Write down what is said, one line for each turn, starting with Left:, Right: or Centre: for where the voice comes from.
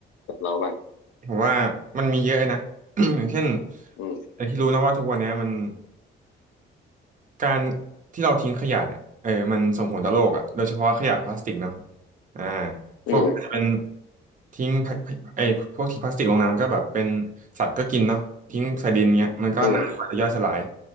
Left: กับเราบ้าง
Right: ผมว่ามันมีเยอะนะ <coughs> <clears throat> อย่างเช่น
Left: อืม
Right: ไอ้ที่รู้นะว่าทุกวันเนี้ยมัน การที่เราทิ้งขยะเนี่ยเออมันส่งผลต่อโลกอ่ะโดยเฉพาะขยะพลาสติกเนาะอ่า
Left: อืม
Right: พวกอาจจะเป็นทิ้งพลาไอ้พวกทิ้งพลาสติกลงน้ำก็แบบเป็นสัตว์ก็กินเนาะทิ้งใส่ดินเงี้ยมันก็นานกว่าจะย่อยสลาย
Left: อืม